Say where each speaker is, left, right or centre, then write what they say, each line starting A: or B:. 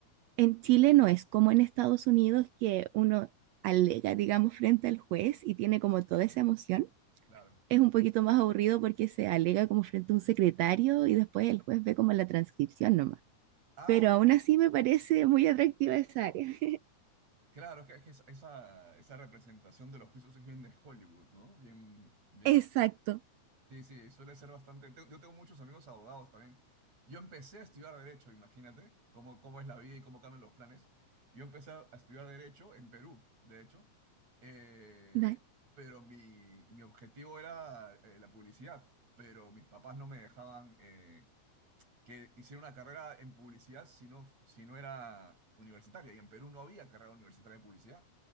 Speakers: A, on the right; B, on the right.
A: en Chile no es como en Estados Unidos que uno alega, digamos, frente al juez y tiene como toda esa emoción.
B: Claro.
A: Es un poquito más aburrido porque se alega como frente a un secretario y después el juez ve como la transcripción nomás.
B: Ah,
A: Pero aún así me parece muy atractiva esa área. <laughs>
B: claro, que, que esa, esa esa representación de los juicios es bien de Hollywood, ¿no? Bien, bien.
A: Exacto.
B: Sí, sí, suele ser bastante. te- Yo tengo muchos amigos abogados también. Yo empecé a estudiar Derecho, imagínate cómo, cómo es la vida y cómo cambian los planes. Yo empecé a estudiar Derecho en Perú, de hecho. Eh,
A: Da-
B: pero mi, mi objetivo era eh, la publicidad, pero mis papás no me dejaban. eh, que hicieron una carrera en publicidad si no, si no era universitaria. Y en Perú no había carrera universitaria de publicidad.